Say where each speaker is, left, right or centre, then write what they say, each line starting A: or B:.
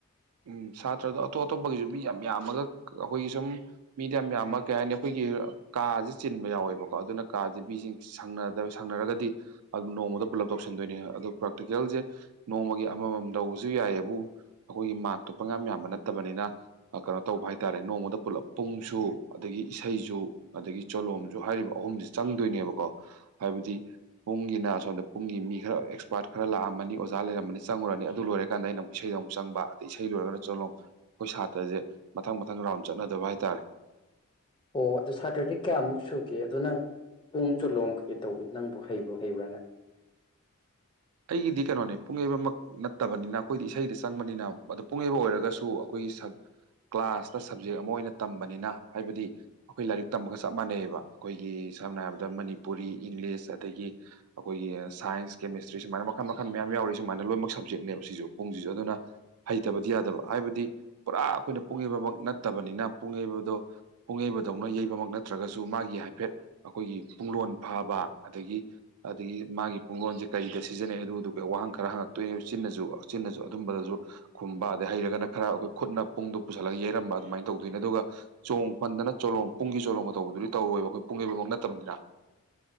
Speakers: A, on the right; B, on the left.
A: ꯎꯝ ꯁꯥꯇ꯭ꯔꯗꯣ ꯑꯇꯣꯞ ꯑꯇꯣꯞꯄꯒꯤꯁꯨ ꯃꯤ ꯌꯥꯝ ꯌꯥꯝꯃꯒ ꯑꯩꯈꯣꯏꯒꯤ ꯁꯨꯝ ꯃꯤꯗꯤ ꯌꯥꯝ ꯌꯥꯝꯃ ꯀꯩ ꯍꯥꯏꯅꯤ ꯑꯩꯈꯣꯏꯒꯤ ꯀꯥꯁꯦ ꯆꯤꯟꯕ ꯌꯥꯎꯋꯦꯕꯀꯣ ꯑꯗꯨꯅ ꯀꯥꯁꯦ ꯃꯤꯁꯤꯡ ꯁꯪꯅꯗꯔ ꯁꯪꯅꯔꯒꯗꯤ ꯑꯗꯨ ꯅꯣꯡꯃꯗ ꯄꯨꯂꯞ ꯇꯧꯁꯟꯗꯣꯏꯅꯦ ꯑꯗꯨ ꯄ꯭ꯔꯥꯛꯇꯤꯀꯦꯜꯁꯦ ꯅꯣꯡꯃꯒꯤ ꯑꯃꯃꯝ ꯇꯧꯕꯁꯨ ꯌꯥꯏꯑꯕꯨ ꯑꯩꯈꯣꯏꯒꯤ ꯃꯥꯛꯇꯣ ꯄꯪꯌꯥꯝ ꯌꯥꯝꯕ ꯅꯠꯇꯕꯅꯤꯅ ꯀꯩꯅꯣ ꯇꯧꯕ ꯍꯥꯏꯇꯥꯔꯦ ꯅꯣꯡꯃꯗ ꯄꯨꯂꯞ ꯄꯨꯡꯁꯨ ꯑꯗꯒꯤ ꯏꯁꯩꯁꯨ ꯑꯗꯒꯤ ꯆꯣꯂꯣꯝꯁꯨ ꯍꯩꯔꯤꯕ ꯑꯍꯨꯝꯁꯤ ꯆꯪꯗꯣꯏꯅꯦꯕꯀꯣ ꯍꯥꯏꯕꯗꯤ ꯄꯨꯡꯒꯤꯅ ꯑꯁꯣꯝꯗ ꯄꯨꯡꯒꯤ ꯃꯤ ꯈꯔ ꯑꯦꯛꯁꯄꯥꯔꯠ ꯈꯔ ꯂꯥꯛꯑꯃꯅꯤ ꯑꯣꯖꯥ ꯂꯩꯔꯝꯃꯅꯤ ꯆꯪꯉꯨꯔꯅꯤ ꯑꯗꯨ ꯂꯣꯏꯔꯀꯥꯟꯗ ꯑꯩꯅ ꯑꯃꯨꯛ ꯏꯁꯩꯗꯣ ꯑꯃꯨꯛ ꯆꯪꯕ ꯑꯗꯩ ꯏꯁꯩ ꯂꯣꯏꯔꯒꯅ ꯆꯣꯂꯣꯝ ꯑꯩꯈꯣꯏ ꯁꯥꯇ꯭ꯔꯁꯦ ꯃꯊꯪ ꯃꯊꯪ ꯔꯥꯎꯟ ꯆꯠꯅꯣꯏꯗꯕ ꯍꯥꯏꯇꯥꯔꯦ
B: ꯑꯣ ꯑꯗꯨ ꯁꯥꯇꯔꯗꯤ ꯀꯌꯥꯃꯨꯛ ꯁꯨꯒꯦ ꯑꯗꯨ ꯅꯪ ꯄꯨꯡ ꯆꯣꯂꯣꯝ ꯀꯩꯀꯩ ꯇꯧꯕꯩ ꯅꯪꯕꯨ ꯍꯩꯕꯨ ꯍꯩꯕ꯭ꯔꯥꯅꯦ
A: ꯑꯩꯒꯤꯗꯤ ꯀꯩꯅꯣꯅꯦ ꯄꯨꯡ ꯌꯩꯕꯃꯛ ꯅꯠꯇꯕꯅꯤꯅ ꯑꯩꯈꯣꯏꯗꯤ ꯏꯁꯩꯗ ꯆꯪꯕꯅꯤꯅ ꯑꯗꯣ ꯄꯨꯡꯌꯩꯕ ꯑꯣꯏꯔꯒꯁꯨ ꯑꯩꯈꯣꯏꯒꯤ ꯁꯛ ꯀ꯭ꯂꯥꯁꯇ ꯁꯕꯖꯦꯛ ꯑꯃ ꯑꯣꯏꯅ ꯇꯝꯕꯅꯤꯅ ꯍꯥꯏꯕꯗꯤ ꯑꯩꯈꯣꯏ ꯂꯥꯏꯔꯤꯛ ꯇꯝꯕꯒ ꯆꯞ ꯃꯥꯟꯅꯩꯕ ꯑꯩꯈꯣꯏꯒꯤ ꯁꯝꯅ ꯍꯥꯏꯔꯕꯗ ꯃꯅꯤꯄꯨꯔꯤ ꯏꯪꯂꯤꯁ ꯑꯗꯒꯤ ꯑꯈꯣꯏꯒꯤ ꯁꯥꯏꯟꯁ ꯀꯦꯃꯤꯁꯇ꯭ꯔꯤ ꯁꯨꯃꯥꯏꯅ ꯃꯈꯟ ꯃꯈꯟ ꯃꯌꯥꯝ ꯌꯥꯎꯔꯤ ꯁꯨꯃꯥꯏꯅ ꯂꯣꯏꯅꯃꯛ ꯁꯞꯖꯦꯛꯅꯦꯕ ꯁꯤꯁꯨ ꯄꯨꯡꯁꯤꯁꯨ ꯑꯗꯨꯅ ꯍꯩꯇꯕꯗꯤ ꯌꯥꯗꯕ ꯍꯥꯏꯕꯗꯤ ꯄꯨꯔꯥ ꯑꯩꯈꯣꯏꯅ ꯄꯨꯡ ꯍꯩꯕꯃꯛ ꯅꯠꯇꯕꯅꯤꯅ ꯄꯨꯡ ꯌꯩꯕꯗꯣ ꯄꯨꯡ ꯌꯩꯕꯗꯧꯅ ꯌꯩꯕꯃꯛ ꯅꯠꯇ꯭ꯔꯒꯁꯨ ꯃꯥꯒꯤ ꯍꯥꯏꯐꯦꯠ ꯑꯩꯈꯣꯏꯒꯤ ꯄꯨꯡꯂꯣꯟ ꯐꯕ ꯑꯗꯒꯤ ꯑꯗꯒꯤ ꯃꯥꯒꯤ ꯄꯨꯡꯒꯣꯟꯁꯦ ꯀꯩꯗ ꯁꯤꯖꯤꯟꯅꯩ ꯑꯗꯨ ꯑꯗꯨ ꯋꯥꯍꯪ ꯈꯔ ꯍꯪꯉꯛꯇꯣꯏꯅꯤ ꯆꯤꯟꯅꯁꯨ ꯆꯤꯟꯅꯁꯨ ꯑꯗꯨꯝꯕꯗꯁꯨ ꯈꯨꯝꯕ ꯑꯗꯩ ꯍꯩꯔꯒꯅ ꯈꯔ ꯑꯩꯈꯣꯏ ꯈꯨꯠꯅ ꯄꯨꯡꯗꯣ ꯄꯨꯁꯜꯂꯒ ꯌꯩꯔꯝꯕ ꯑꯗꯨꯃꯥꯏꯅ ꯇꯧꯗꯣꯏꯅꯦ ꯑꯗꯨꯒ ꯆꯣꯡ ꯐꯟꯗꯅ ꯆꯣꯂꯣꯝ ꯄꯨꯡꯒꯤ ꯆꯣꯂꯣꯝꯒ ꯇꯧꯕꯗꯨꯗꯤ ꯇꯧꯔꯣꯏꯕ ꯑꯩꯈꯣꯏ ꯄꯨꯡ ꯌꯩꯕꯃꯛ ꯅꯠꯇꯕꯅꯤꯅ